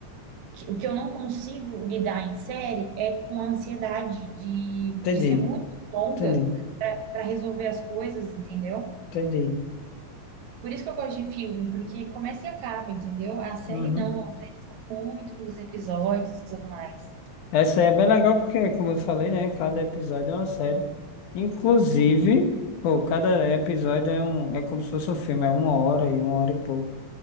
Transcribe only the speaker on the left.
Entendi,
entendi,
entendi.
Uhum.
Essa aí é bem legal porque, como eu falei, né, cada episódio é uma série. Inclusive, pô, cada episódio é um, é como se fosse um filme, é uma hora e uma hora e pouco.